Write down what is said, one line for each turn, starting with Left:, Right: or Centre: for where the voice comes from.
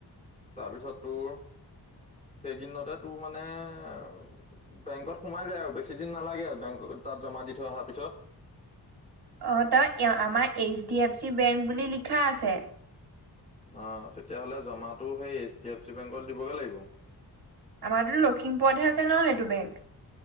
Left: তাৰপিছত তোৰ সেইকেইদিনতে তোৰ মানে বেংকত সোমাই যায় আৰু বেছি দিন নালাগে বেংক তাত জমা দি থৈ অহাৰ পিছত!
Right: অ তই ইয়া আমাৰ H D F C bank বুলি লিখা আছে।
Left: অ তেতিয়াহ'লে জমাটো সেই এইচ ডি এফ চি বেংকলে দিবগে লাগিব?
Right: আমাৰ তো লখিমপুৰতহে আছে ন সেইটো বেংক?